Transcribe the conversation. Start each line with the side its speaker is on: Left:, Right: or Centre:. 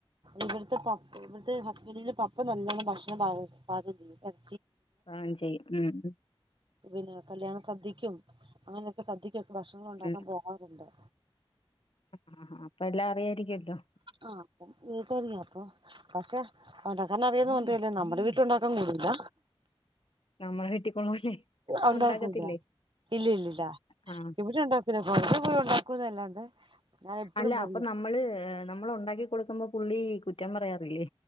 Right: ഇവിടുത്തെ പപ്പ ഇവിടുത്തെ ഹസ്ബൻഡില് പപ്പ തന്നതാ ാ വാ <unintelligible>
Left: ആ ചെയ്യാ ഉം
Right: പിന്നെ കല്യാണം സദ്യക്കും അങ്ങനെയൊക്കെ ഉള്ള സദ്യക്കും ഭക്ഷണം ഉണ്ടാക്കാൻ
Left: ഉം.
Right: പോകാറുണ്ടോ
Left: ആ ആ അപ്പ എല്ലാം അറിയായിരിക്കല്ലോ
Right: ആ അപ്പം എനിക്കറിയാം അപ്പൊ പക്ഷെ അവന്റെക്കനെ അറിയുന്നു അല്ലേ നമ്മുടെ വീട്ടിലുണ്ടാക്കാൻ കൂടല
Left: നമ്മള ഹിട്ട <unintelligible>
Right: ഉണ്ടാക്കൂല
Left: ഉണ്ടാക്കത്തില്ലേ
Right: ഇല്ല ഇല്ലില്ല
Left: ആ
Right: ഇവിടെ ഉണ്ടാക്കൂല പുറത്ത് പോയി ഉണ്ടാക്കൂന്നല്ലാണ്ട് ഞാൻ എപ്പഴും
Left: അല്ല
Right: പറയും
Left: അപ്പ നമ്മള് നമ്മൾ ഉണ്ടാക്കി കൊടുക്കുമ്പോ പുള്ളി കുറ്റം പറയാറില്ലേ